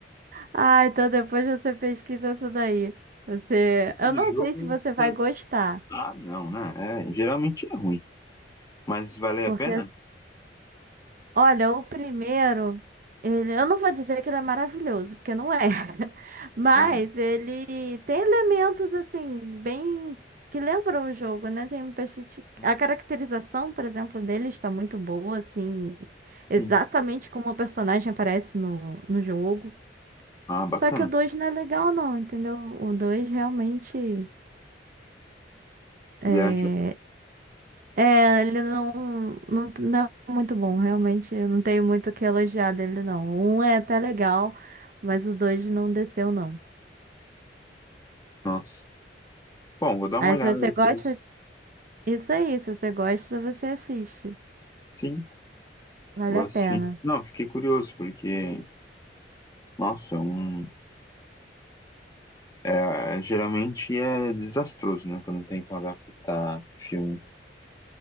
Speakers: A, on the right; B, on the left.
A: Ah, então depois você pesquisa isso daí. Você, eu
B: de
A: não
B: jogo?
A: sei se você
B: não sei.
A: vai gostar,
B: Ah, não, né? É, geralmente é ruim. Mas valeu
A: porque
B: a pena?
A: olha, o primeiro, ele, eu não vou dizer que ele é maravilhoso, porque não é. <laughs> Mas
B: Aham.
A: ele tem elementos assim bem que lembram o jogo, né? Tem bastante
B: Ah,
A: a caracterização, por exemplo, dele está muito boa, assim, exatamente
B: sim.
A: como o personagem aparece no, no jogo.
B: Ah, bacana.
A: Só que o 2 não é legal, não, entendeu? O 2 realmente é...
B: Viajar.
A: é. Ele não, não, não é muito bom, realmente. Eu não tenho muito o que elogiar dele, não. O um é até legal, mas o dois não desceu, não.
B: Nossa. Bom, vou dar
A: Aí,
B: uma olhada
A: se você
B: depois.
A: gosta, isso aí. Se você gosta, você assiste.
B: Sim.
A: Vale
B: Vou assistir.
A: a pena.
B: Não, fiquei curioso, porque, nossa, é um, é, geralmente é desastroso, né? Quando tentam adaptar filme.